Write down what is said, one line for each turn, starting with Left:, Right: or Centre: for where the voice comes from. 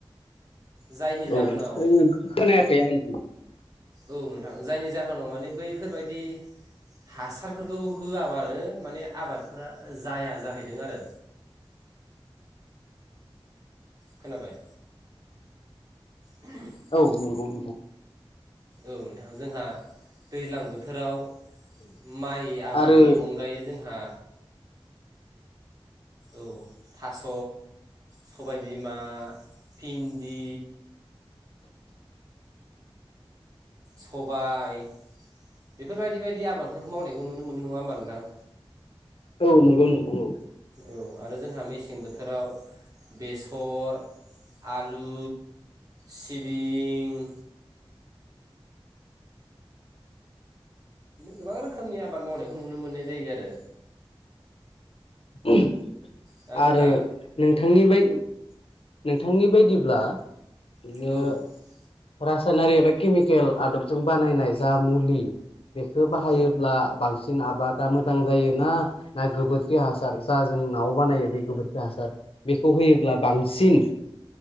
Right: जायनि
Left: औ
Right: जाहोनाव
Left: नोंनि खौ खोनायाखै आङो।
Right: औ नोंथां जायनि जाहोनाव माने बैफोरबायदि हासारफोरखौ होआबानो माने आबादफोरा जाया जाहैदों आरो। खोनाबाय <unintelligible>
Left: औ नंगौ नोगौ।
Right: औ नोंथा जोंहा दैज्लां बोथोराव माइ आबादनि
Left: आरो
Right: अनगायै जोंहा औ थास' सबायबिमा, फिन्दि सबाय बेफोरबायदि बायदि आबादफोरखौ मावनायखौ नुनो मोनो। नङा होमबा नोंथां?
Left: औ नंगौ नंगौ औ।
Right: औ आरो जोंहा मेसें बोथोराव बेसर, आलु, सिबिं गोबां रोखोमनि आबाद मावनायखौ नुनो मोननाय जायो आरो।
Left: औ
Right: दा जोंहा
Left: आरो नोंथांनि बै नोंथांनि बायदिब्ला बियो
Right: औ औ
Left: रासायनारि एबा केमिकेल आदबजों बानायनाय जा मुलि बेखौ बाहायोब्ला
Right: ओ
Left: बांसिन आबादा मोजां जायोना ना गोबोरखि हासार जा जों न'आव बानायो बे गोबोरखि हासार बेखौ होयोब्ला बां सिन